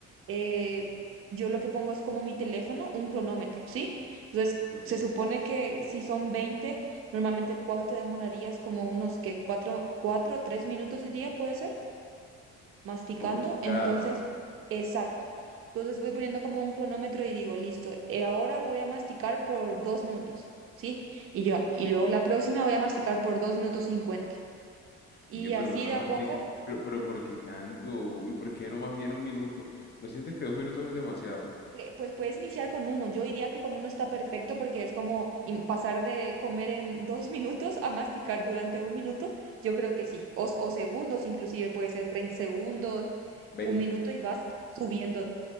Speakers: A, on the right; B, on the left.
A: eh, yo lo que pongo es como mi teléfono, un cronómetro, ¿sí? Entonces,
B: Ok,
A: se supone que si son 20 normalmente ¿cuánto te demorarías? Como unos que cuatro cuatro 3 minutos diría, ¿puede ser? masticando.
B: por bocado.
A: Entonces, exacto. Entonces voy poniendo como un cronómetro y digo, listo, eh, ahora voy a masticar por dos minutos, ¿sí? Y yo, y luego la próxima voy a masticar por dos minutos cincuenta. Y
B: Oye, pero
A: así
B: uno no
A: de a
B: mastica.
A: poco,
B: Pero, pero, ¿por qué tanto? ¿Y por qué no más bien un minuto? ¿No sientes que dos minutos es demasiado?
A: pu- pues puedes iniciar con uno. Yo diría que con uno está perfecto porque es como in- pasar de comer en dos <laughs> minutos a masticar durante un minuto. Yo creo que sí. O, o segundos, inclusive puede ser 30 segundos,
B: veinte
A: un minuto y vas subiendo.